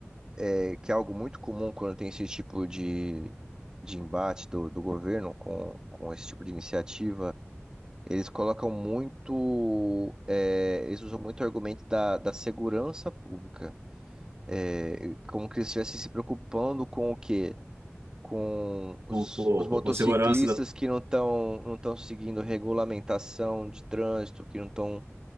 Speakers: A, on the right; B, on the right.
A: é, que é algo muito comum quando tem esse tipo de, de embate do, do governo com, com esse tipo de iniciativa. Eles colocam muito, é, eles usam muito o argumento da, da segurança pública, É, como que eles estivessem se preocupando com o quê? Com os,
B: com, com,
A: os motociclistas
B: com- com segurança, né?
A: que não estão não estão seguindo regulamentação de trânsito, que não estão